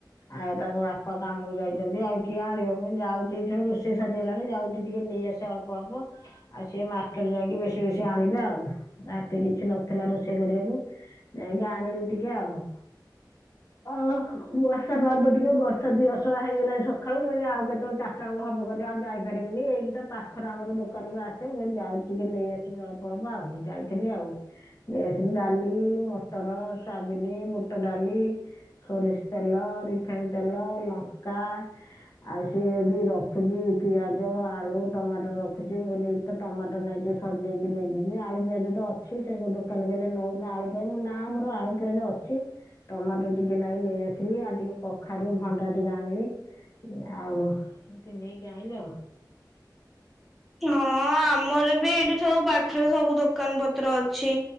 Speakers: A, on the left; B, in the centre.
A: ଆଉ ତାଙ୍କ ବାପା କାମକୁ ଯାଇଚନ୍ତି ଆଉ କିଏ ଆଣିବ ମୁଁ ଏଇ ଯାଉଚି ରୋଷେଇ ସରିଗଲାଣି ଯାଉଚି ଟିକେ ନେଇଆସି ଆଣିଚି ଅଳ୍ପ ଅଳ୍ପ। ଆଉ ସିଏ ମାର୍କେଟ ଯାଇକି ବେଶୀ ବେଶୀ ଆଣିବେ ଆଉ ରାତି କିଛି ନଥିଲା ରୋଷେଇ କରିଆକୁ ଯାଇଁଙ୍କି ଆଣିଲି ଟିକେ ଆଉ ଅ ବର୍ଷା ପାଗ ଟିକେ ବର୍ଷା ଦି ଅସଳା ହେଇଗଲାଣି ସକାଳୁ ମୁ କଇଲି ଆଉ କେତେବେଳେ ଚା <unintelligible> ହବ କରିବ ଆଉ ଯାଇପାରିବିନି ଏଇଠି ତ ପାଖରେ ଆମର ଦୋକାନରୁ ଆସେ ମୁଁ କଇଲି ଯାଉ ଟିକେ ନେଇଆସ ସିବ ଅଳ୍ପ ଅଳ୍ପ ଆଉ ଯାଇଥିଲି ଆଉ। <unintelligible> ଡାଲି, ମଟର, ସୋୟାବିନି, ବୁଟ ଡାଲି ସୋରିଷ ତେଲ, ରିଫାଇନ ତେଲ, ଲଙ୍କା ଆଉ ସିଏ ବି ରଖୁଚି ପିଆଜ, ଆଳୁ, ଟମାଟ ରଖୁଚି ମୁ ନେଇ ତ ଟମାଟ ନାଇଁ ଟିକେ ସଯାଇଚି ନେଇଯିବି ଆଳୁ ପିଆଜ ତ ଅଛି ସେ ଦୋକାନ କଲେ ନଉନ ଆଳୁ ମୁଁ କହିଲି ନା ମୋର ଆଳୁ ପିଆଜ ଅଛି ଟମାଟୋ ଟିକେ ନାକୁ ନେଇ ଆସିଲି ଆଉ ଟିକେ କଖାରୁ ଭଣ୍ଡା ଟିକେ ଆଣିଲି। ଆଉ ଏମତି ନେଇକି ଆଇଲି ଆଉ।
B: ହଁ ଆମର ବି ଏଇଠି ସବୁ ପାଖ ଖରେ ସବୁ ଦୋକାନ ପତ୍ର ଅଛି